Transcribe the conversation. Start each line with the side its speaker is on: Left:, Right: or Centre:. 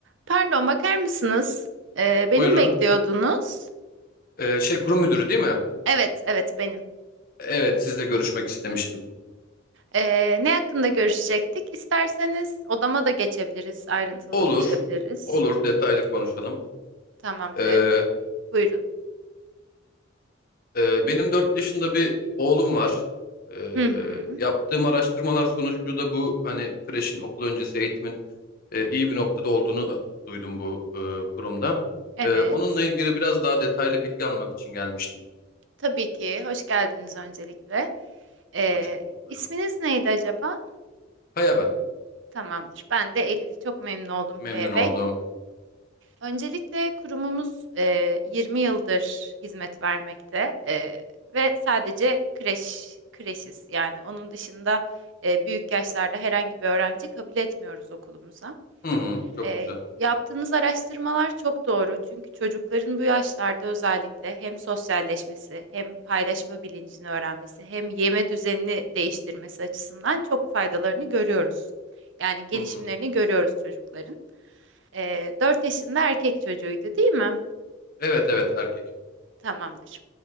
Right: Pardon, bakar mısınız? Ee, beni
Left: Buyurun.
Right: mi bekliyordunuz?
Left: Ee, şey kurum müdürü değil mi?
Right: Evet, evet benim.
Left: Evet, sizle görüşmek istemiştim.
Right: Ee, ne hakkında görüşecektik? İsterseniz odama da geçebiliriz, ayrıntılı
Left: Olur.
Right: konuşabiliriz.
Left: Olur, detaylı konuşalım.
Right: Tamamdır.
Left: Ee,
Right: Buyurun.
Left: e, benim 4 yaşında bir oğlum var. Ee,
Right: Hı hı.
Left: yaptığım araştırmalar sonucu da bu hani kreşin okul öncesi eğitimin e, iyi bir noktada olduğunu e, duydum bu e, kurumda.
Right: Evet.
Left: Ee, onunla ilgili biraz daha detaylı bilgi almak için gelmiştim.
Right: Tabii ki. Hoş geldiniz öncelikle. Ee,
Left: Hoş bulduk. Merhaba.
Right: isminiz neydi acaba?
Left: Kaya ben.
Right: Tamamdır. Ben de Elif. Çok memnun oldum
Left: Memnun
Right: Kaya
Left: oldum.
Right: Bey. Öncelikle kurumumuz eee, 20 yıldır hizmet vermekte eee, ve sadece kreş kreşiz. Yani onun dışında eee, büyük yaşlarda herhangi bir öğrenci kabul etmiyoruz okulumuza.
Left: Hı hı, çok
Right: Eee,
Left: güzel.
Right: yaptığınız araştırmalar çok doğru çünkü çocukların bu yaşlarda özellikle hem sosyalleşmesi hem paylaşma bilincini öğrenmesi hem yeme düzenini değiştirmesi açısından çok faydalarını görüyoruz. Yani gelişimlerini
Left: Hı hı.
Right: görüyoruz çocukların. Ee, 4 yaşında erkek çocuğuydu değil mi?
Left: Evet evet erkek.
Right: Tamamdır.